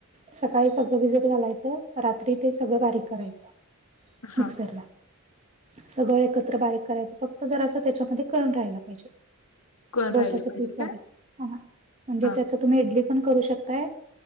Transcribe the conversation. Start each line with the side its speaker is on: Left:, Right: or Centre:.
Right: सकाळी सगळं भिजत घालायचं रात्री ते सगळं बारीक करायचं
Left: हा
Right: मिक्सरला. सगळं एकत्र बारीक करायचं फक्त जर असं त्याच्यामध्ये करण राहायला पाहिजे.
Left: कोण
Right: डोश्याच
Left: राहिलं पाहिजे
Right: पीठ
Left: काय
Right: बारीक हा म्हणजे
Left: हा
Right: त्याच तुम्ही इडली पण करू शकताय.